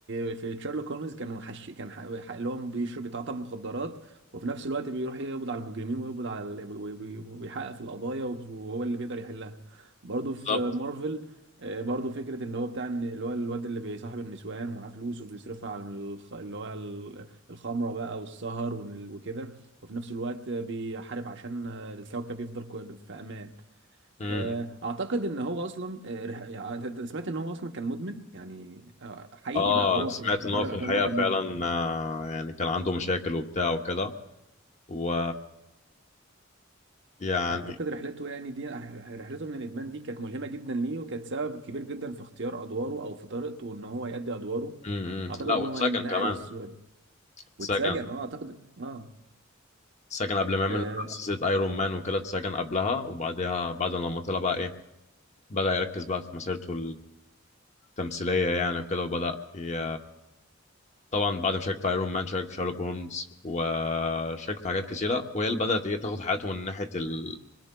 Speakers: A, on the right (about 60°); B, on the left (about 35°).
A: آه، في شارلوك هولمز كان حش كان ح- ح- اللي هو بيشرب بيتعاطى مخدرات وفي نفس الوقت بيروح يقبض على المجرمين ويقبض على ال- وي- وي- ويحقق في القضايا وهو اللي بيقدر يحلها برضه في
B: بالظبط
A: مارفل آه، برضه فكره ان هو بتاع إن اللي هو الواد اللي بيصاحب النسوان ومعاه فلوس وبيصرفها على الخ- اللي هو الخمره بقى والسهر وال- وكده وفي نفس الوقت بيحارب عشان الكوكب يفضل كو- في امان
B: امم
A: آه، اعتقد ان هو اصلا آه، رح- يعني انت أنت سمعت ان هو اصلا كان مدمن يعني آه، حقيقي
B: اه
A: بقى هو
B: سمعت
A: في بره
B: ان هو في
A: الافلام
B: الحقيقه
A: هو كان
B: فعلا
A: مدمن
B: آه، يعني كان عنده مشاكل وبتاع وكده و يعني
A: اعتقد رحلته يعني دي رحلته من الادمان دي كانت ملهمه جدا ليه وكانت سبب كبير جدا في اختيار ادواره او في طريقته ان هو يؤدي ادواره
B: امم
A: اعتقد
B: لا
A: ان
B: واتسجن
A: هو نقل
B: كمان
A: الصوره دي
B: اتسجن
A: واتسجن اه اعتقد اه
B: اتسجن قبل ما يعمل
A: آه،
B: سلسله ايرون مان وكده اتسجن قبلها وبعدها بعد لما طلع بقى ايه بدأ يركز بقى في مسيرته التمثيليه يعني وكده وبدأ ي... طبعا بعد ما شارك في ايرون مان شارك في شارلوك هولمز وشارك في حاجات كتيره وهي اللي بدات ايه تاخد حياته من ناحيه ال-